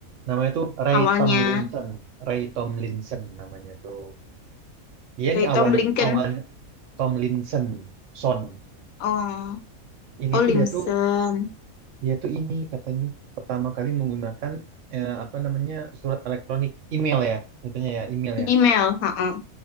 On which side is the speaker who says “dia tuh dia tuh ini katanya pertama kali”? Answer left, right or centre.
Right